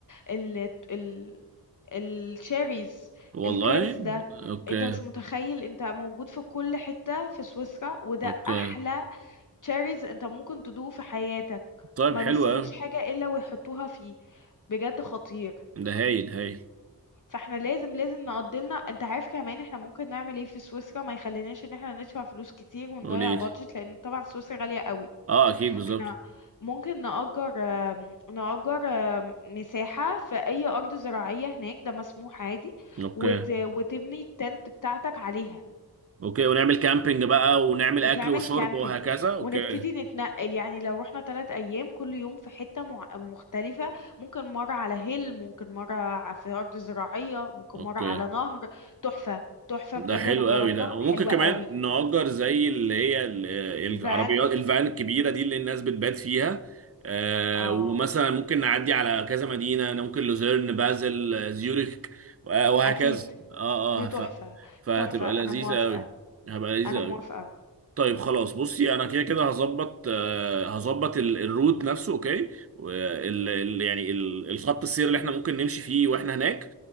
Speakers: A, on the left; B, on the right.
A: ال ال الشيريز
B: والله
A: الكيرز ده
B: اوكي
A: انت مش متخيل انت موجود في كل حتة في سويسرا وده
B: اوكي
A: احلى تشاريز انت ممكن تدوقه في حياتك
B: طيب
A: ما
B: حلو
A: بيسيبوش
B: قوي
A: حاجة الا ويحطوها فيه بجد خطير
B: ده هايل هايل
A: فاحنا لازم لازم نقضلنا انت عارف كمان احنا ممكن نعمل ايه في سويسرا ما يخليناش ان احنا ندفع فلوس كتير ونضيع
B: قولي
A: بادجت
B: لي
A: لان طبعا سويسرا غالية قوي
B: اه اكيد بالظبط
A: احنا ممكن نأجر آم، نأجر آم، مساحة في اي ارض زراعية هناك ده مسموح عادي
B: اوكي
A: وت... وتبني التنت بتاعتك عليها
B: اوكي ونعمل كامبينج بقى ونعمل
A: وتعمل
B: اكل وشرب
A: كامبينج
B: وهكذا اوكي
A: ونبتدي نتنقل يعني لو رحنا ثلاث أيام كل يوم في حتة مع- مختلفة ممكن مرة على هيل ممكن مرة ع- في أرض زراعية ممكن
B: اوكي
A: مرة على نهر تحفة تحفة
B: ده
A: بجد
B: حلو
A: أنا جربتها
B: قوي ده وممكن
A: حلوة
B: كمان
A: قوي
B: نأجر زي اللي هي ال-
A: الفان
B: العربيات الفان الكبيرة دي اللي الناس بتبات فيها آه،
A: اه
B: ومثلا ممكن نعدي على كذا مدينة ممكن لوزيرن بازل آه، زيوريك آه، وهكذا
A: أكيد
B: اه
A: دي
B: اه
A: تحفة
B: ف... فهتبقى
A: تحفة
B: لذيذة
A: أنا موافقة
B: قوي هبقى لذيذة
A: أنا
B: قوي
A: موافقة
B: طيب خلاص بصي انا كده كده هظبط آه، هظبط ال- الروت نفسه اوكي وال- ال- يعني ال- الخط السير اللي احنا ممكن نمشي فيه واحنا هناك